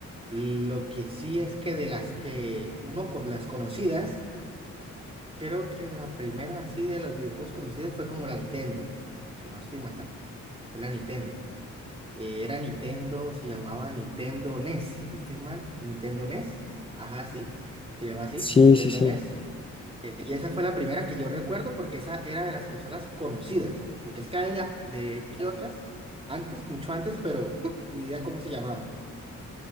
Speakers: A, on the right; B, on the left.
A: Lo que sí es que de las que uno con las conocidas, Creo que la primera así de los videojuegos conocidos fue como la Nintendo, si no estoy mal, fue la Nintendo. Eh, era Nintendo, se llamaba Nintendo NES, si no estoy mal, Nintendo NES, ajá, sí, se llama así,
B: Sí,
A: Nintendo
B: sí, sí.
A: NES. Y esa fue la primera que yo recuerdo porque esa era de las consolas conocidas, porque es que había de hay otras antes, mucho antes, pero <laughs> ni idea cómo se llamaba.